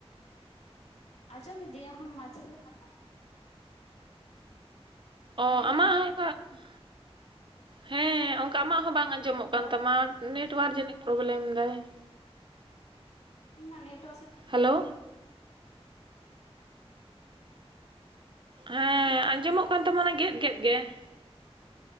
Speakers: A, on the left; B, on the right.
A: ᱟᱸᱡᱚᱢ ᱮᱫᱤᱧ ᱢᱟᱡᱷᱮ ᱨᱮᱫᱚ ᱠᱟᱴ
B: ᱚ
A: ᱦᱮᱸ
B: ᱟᱢᱟᱜ <unintelligible> ᱦᱮᱸ ᱚᱱᱠᱟ ᱟᱢᱟᱜ ᱦᱚᱸ ᱵᱟᱝ ᱟᱸᱡᱚᱢᱚᱜ ᱠᱟᱱ
A: ᱨᱚᱲ
B: ᱛᱟᱢᱟ ᱾ ᱱᱮᱴᱣᱟᱨᱠ ᱡᱟᱹᱱᱤᱡ ᱯᱨᱚᱵᱞᱮᱢ ᱫᱟᱭ ᱾
A: ᱤᱧ ᱢᱟ ᱱᱮᱴᱚᱣᱟᱨᱠ ᱥᱮ
B: ᱦᱮᱞᱳ ᱾ ᱦᱮᱸ
A: ᱦᱮᱞᱳ
B: ᱟᱸᱡᱚᱢᱚᱜ ᱠᱟᱱ ᱛᱟᱢᱟᱱᱟ ᱜᱮᱫ ᱜᱮᱫ ᱜᱮ ᱾